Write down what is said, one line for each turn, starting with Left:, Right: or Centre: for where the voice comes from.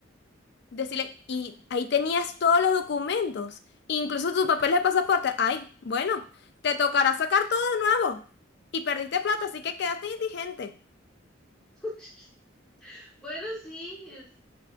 Left: Decirle, y ahí tenías todos los documentos, incluso tus papeles de pasaporte, ay, bueno, te tocará sacar todo de nuevo, y perdiste plata, así que quedaste indigente.
Centre: <laughs> Bueno, sí, es,